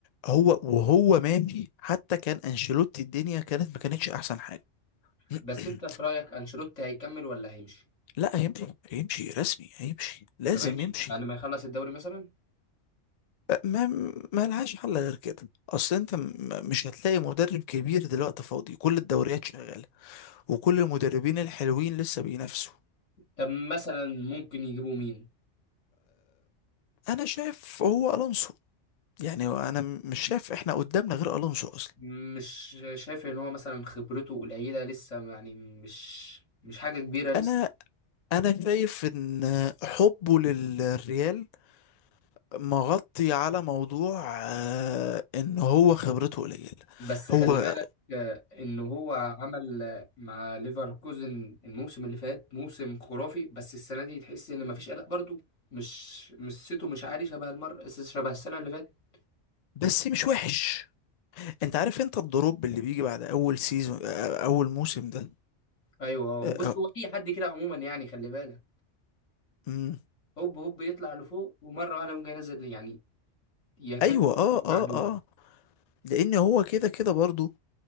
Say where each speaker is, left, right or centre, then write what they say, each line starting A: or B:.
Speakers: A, on the left (about 55°); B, on the left (about 85°).
A: هو وهو ماشي حتى كان انشيلوتي الدنيا كانت ما كانتش احسن حاجة <clears throat>
B: بس انت في رايك انشيلوتي هيكمل ولا هيمشي
A: لا هيمشي هيمشي رسمي هيمشي لازم
B: طب هيمشي
A: يمشي
B: بعد ما يخلص الدوري مثلا
A: أه، ما ما لهاش حل غير كده اصل انت م- مش هتلاقي مدرب كبير دلوقتي فاضي كل الدوريات شغاله وكل المدربين الحلوين لسه بينافسوا
B: طب مثلا ممكن يجيبوا مين
A: انا شايف هو الونسو يعني انا م- مش شايف احنا قدامنا غير الونسو اصلا
B: مش شايف ان هو مثلا خبرته قليله لسه يعني مش مش حاجه كبيره لسه
A: انا انا شايف ان حبه للريال مغطي على موضوع آه، ان هو خبرته قليله
B: بس خلي
A: هو
B: بالك آه، ان هو عمل آه، مع ليفركوزن الموسم اللي فات موسم خرافي بس السنه دي تحس ان مفيش قلق برضو مش مش سيتو مش عالي شبه المر شبه السنه اللي فاتت
A: بس مش وحش انت عارف انت الدروب اللي بيجي بعد اول سيزون اول موسم ده
B: ايوه
A: اه،
B: وبص هو في حد كده عموما يعني خلي بالك
A: امم.
B: هوب هوب يطلع لفوق ومره واحده يقوم جاي نازل يعني يكاد
A: ايوه اه
B: معدوم
A: اه اه لان هو كده كده برضو